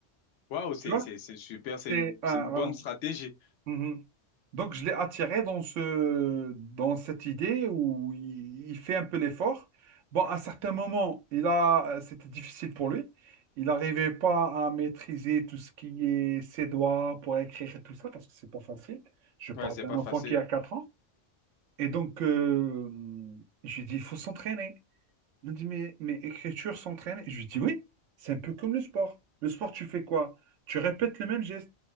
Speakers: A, on the left (about 80°); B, on the right (about 85°).
A: Waouh, c'est,
B: Tu vois?
A: c'est, c'est super. C'est
B: C'est,
A: une,
B: ah,
A: c'est une
B: voilà.
A: bonne stratégie.
B: Mhm. Donc, je l'ai attiré dans ce, dans cette idée où il, il fait un peu l'effort. Bon, à certains moments, il a, euh, c'était difficile pour lui. Il n'arrivait pas à maîtriser tout ce qui est ses doigts pour écrire et tout ça, parce que c'est pas facile. Je parle
A: Ouais, c'est
B: d'un
A: pas
B: enfant
A: facile.
B: qui a 4 ans. Et donc, euh, je lui ai dit, il faut s'entraîner. Il me dit, mais, mais écriture s'entraîne? Et je lui dis, oui, c'est un peu comme le sport. Le sport, tu fais quoi? Tu répètes le même geste.